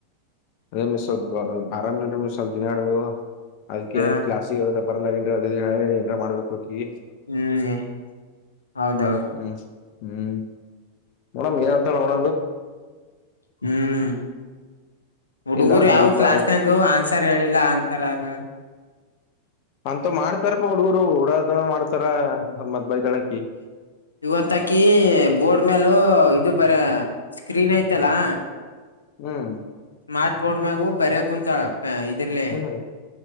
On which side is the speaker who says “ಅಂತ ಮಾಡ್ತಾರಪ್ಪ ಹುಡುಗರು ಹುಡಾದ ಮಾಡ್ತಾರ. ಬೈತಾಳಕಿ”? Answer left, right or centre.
Left